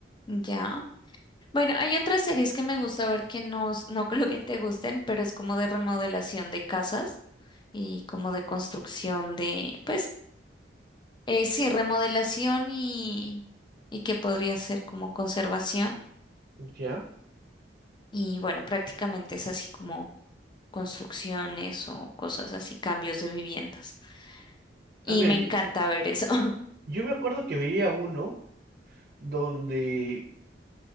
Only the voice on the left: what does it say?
Ya. Bueno, hay otras series que me gusta ver que no, s- no <laughs> creo que te gusten, pero es como de remodelación de casas y como de construcción de, pues, eh, sí, remodelación y, y que podría ser como conservación.
Y bueno, prácticamente es así como construcciones o cosas así, cambios de viviendas. Y
me
encanta ver eso. <laughs>